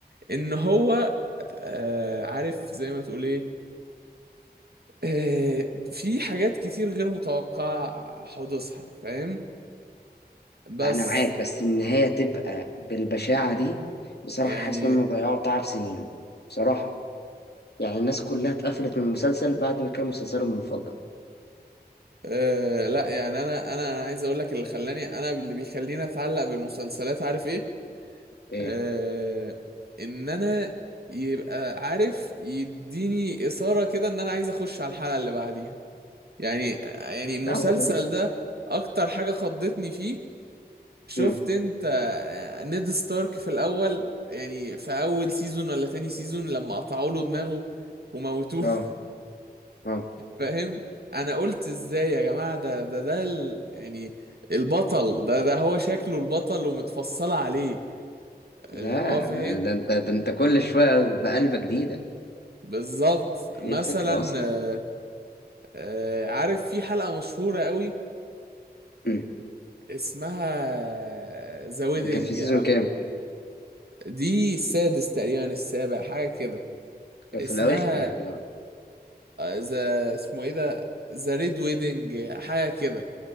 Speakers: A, on the right; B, on the left.
A: ان هو
B: مم.
A: آه عارف زي ما تقول ايه آه، في حاجات كتير غير متوقعة حدوثها فاهم بس
B: انا معاك بس النهايه تبقى بالبشاعه دي بصراحه
A: يعني
B: حاسس ان هم ضيعوا تعب سنين بصراحه يعني الناس كلها اتقفلت من المسلسل بعد ما كان مسلسلهم المفضل
A: آه لا يعني انا انا انا عايز اقول لك اللي خلاني انا اللي بيخليني اتعلق بالمسلسلات عارف ايه
B: ايه
A: آه ان انا يبقى عارف يديني اثاره كده ان انا عايز اخش على الحلقه اللي بعديها يعني يعني المسلسل
B: لا ده طبيعي
A: ده اكتر حاجه خضتني فيه شفت
B: امم
A: انت آه، نيد ستارك في الاول يعني في اول سيزون ولا تاني سيزون لما قطعوا له دماغه وموتوه
B: اه
A: <laughs>
B: اه
A: فاهم انا قلت ازاي يا جماعه ده ده ده ال... يعني البطل ده ده هو شكله البطل ومتفصله عليه اللي
B: لا
A: هو فاهم
B: ما- ده انت ده انت كل شويه بقلبه جديده
A: بالظبط
B: دي
A: مثلا
B: الفكره اصلا
A: آه، آه، عارف في حلقه مشهوره قوي
B: مم.
A: اسمها ذا ويدنج
B: دي كانت في سيزون
A: او
B: كام؟
A: دي السادس تقريبا السابع حاجه كده
B: كانت
A: اسمها
B: في الاواخر يعني اه
A: ذا اسمه ايه ده ذا ريد ويدنج حاجه كده